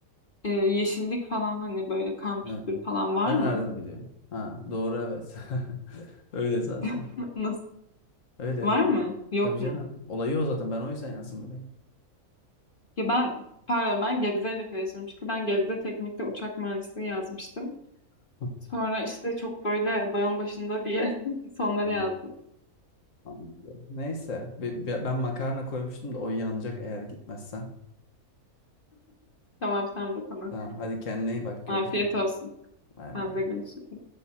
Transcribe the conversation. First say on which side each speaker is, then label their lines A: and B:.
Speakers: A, on the left; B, on the left.
A: e, yeşillik falan hani böyle kampüsleri
B: Evet.
A: falan var
B: Sen
A: mı?
B: nereden biliyorsun? Ha doğru evet. <laughs> Öyle zaten.
A: <laughs> Nasıl?
B: Öyle öyle.
A: Var mı? Yok
B: Tabii
A: mu?
B: canım. Olayı o zaten. Ben o yüzden yazdım burayı.
A: Ki ben pardon ben Gebze ile karıştırdım. Çünkü ben Gebze Teknik'te uçak mühendisliği yazmıştım.
B: <laughs>
A: Sonra işte çok böyle dağın başında diye <laughs> sonlara
B: Hmm.
A: yazdım.
B: Anladım. Neyse be- be- ben makarna koymuştum da o yanacak eğer gitmezsen.
A: Tamam sen bak ona.
B: Tamam hadi kendine iyi bak görüşürüz.
A: Afiyet olsun.
B: Bay
A: Sen
B: bay.
A: de görüşürüz.